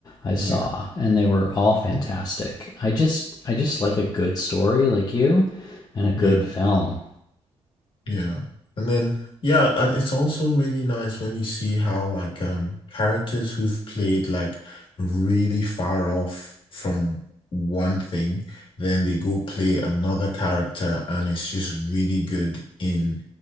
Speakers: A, on the left; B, on the left.
A: I saw,
B: yeah,
A: and they were all
B: okay.
A: fantastic. I just I just like a good story, like you, and a good
B: yeah,
A: film.
B: yeah. And then, yeah, I- it's also really nice when you see how like um characters who've played like really far off from one thing, then they go play another character, and it's just really good in